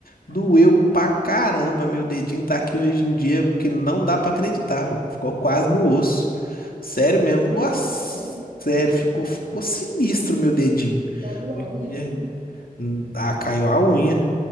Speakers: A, on the left; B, on the right.
A: Doeu
B: Ai,
A: pra
B: meu
A: caramba.
B: Deus.
A: Meu dedinho tá aqui hoje em dia, porque não dá pra acreditar, viu? Ficou quase no osso. Sério mesmo.
B: Meu
A: Nossa,
B: Deus, sério?
A: sério, ficou, ficou sinistro meu dedinho.
B: Caiu
A: Hoje
B: a
A: em
B: unha
A: dia,
B: tudo?
A: hum, ah, caiu a unha.